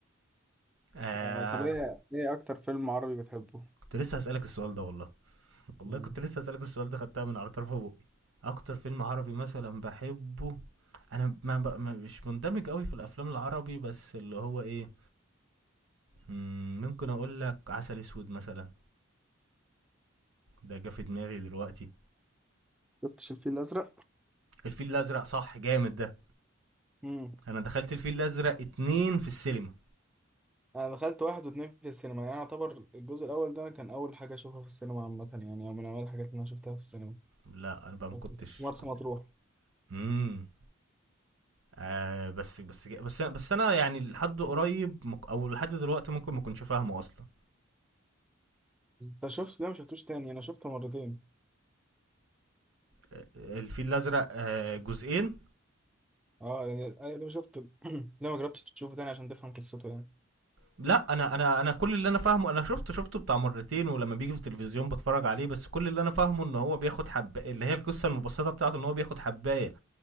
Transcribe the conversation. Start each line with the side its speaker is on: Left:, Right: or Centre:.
Right: آه،
Centre: آه طب ايه ايه اكتر فيلم عربي بتحبه
Right: كنت لسه هسألك السؤال ده والله والله
Centre: مم.
Right: كنت لسه اسالك السؤال ده خدتها من على طرف بقي اكتر فيلم عربي مثلا بحبه انا ما ب... ما مش مندمج قوي في الافلام العربي بس اللي هو ايه مم، ممكن اقول لك عسل اسود مثلا ده جه في دماغي دلوقتي
Centre: شفتش الفيل الازرق
Right: الفيل الازرق صح جامد ده
Centre: مم.
Right: انا دخلت الفيل الازرق اتنين في السينما
Centre: انا دخلت واحد واتنين في السينما يعني يعتبر الجزء الاول ده كان اول حاجه اشوفها في السينما عامه يعني او من اول الحاجات اللي انا شفتها في السينما
Right: لا انا بقى ما
Centre: كنت
Right: كنتش
Centre: في مرسى
Right: كنت
Centre: مطروح
Right: امم آه بس بس بس انا بس انا يعني لحد قريب مك- او لحد دلوقتي ممكن ما كنتش فاهمه اصلا
Centre: ده شفت ده ما شفتوش تاني انا شفته مرتين
Right: آه، آه، الفيل الازرق آه جزئين
Centre: اه يعني أنا لما شفت <clears throat> ليه ما جربتش تشوفه تاني عشان تفهم قصته يعني
Right: لا انا انا انا كل اللي انا فاهمه انا شفته شفته بتاع مرتين ولما بيجي في التلفزيون بتفرج عليه بس كل اللي انا فاهمه ان هو بياخد حب اللي هي القصه المبسطه بتاعته ان هو بياخد حبايه